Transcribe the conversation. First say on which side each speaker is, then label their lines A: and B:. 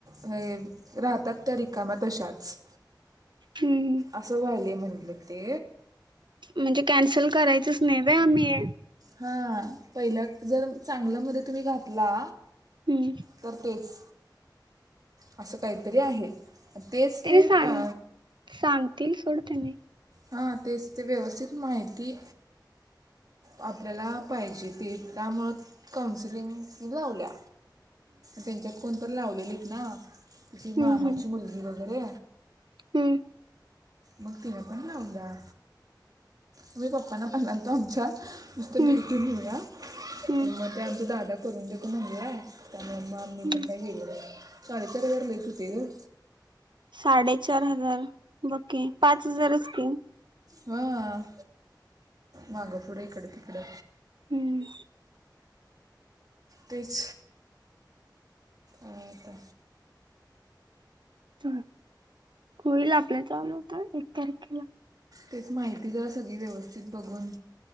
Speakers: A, on the right; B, on the right.
A: हे राहतात त्या रिकामात तशाच.
B: हम्.
A: असं वयलय म्हटलं ते.
B: म्हणजे कॅन्सल करायचच नाही वय आम्ही.
A: हा पहिल्या जर चांगलं मध्ये तुम्ही घातला.
B: हम्म.
A: तर तेच. असं काहीतरी आहे तेच
B: त्याने
A: ते
B: सांग
A: पा
B: सांगतील सोड तेने
A: हा तेच ते व्यवस्थित माहिती आपल्याला पाहिजे ते त्यामुळं काउन्सिलिंग ही लावल्या त्यांच्यात कोण तरण लावलेलीत ना तुझची मामाची
B: हम्म हम्म
A: मुलगी वगैरे
B: हम्म
A: मग तिने पण लाव द तुम्ही पप्पाना पण लाल तो आमच्या नुसतं
B: हम्म
A: भेटून होऊया
B: हम्म
A: तर मग ते आमचा दादा करून देतो म्हणलं आहे त्यामुळे आम्ही
B: हम्म
A: पण केला नाही कॉलेजला तर वेळेवर येत होतो का
B: साडेचार हजार ओके पाच हजारच क
A: हम्म मागं पुढं इकडं तिकडं
B: हम्म
A: तेच अता
B: च होईल आपल्या चा आलं होत एक तारखेला
A: तेच माहिती जरा सगळी व्यवस्थित बघून